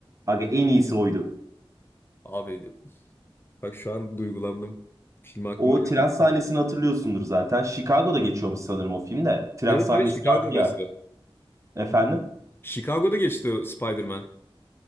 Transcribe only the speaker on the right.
Aga en iyisi oydu.
O tren
sahnesini hatırlıyorsundur zaten. Chicago'da geçiyormuş sanırım o filmde. Tren
sahnesi
vardı ya. Efendim?